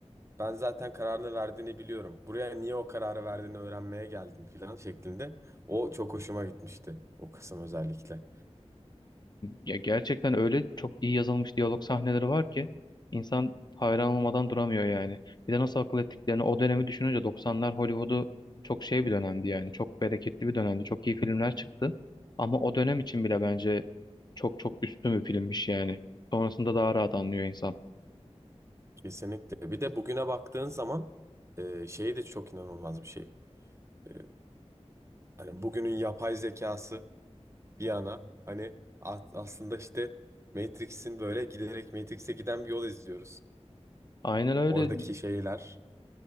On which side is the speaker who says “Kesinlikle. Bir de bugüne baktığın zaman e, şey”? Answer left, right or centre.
Right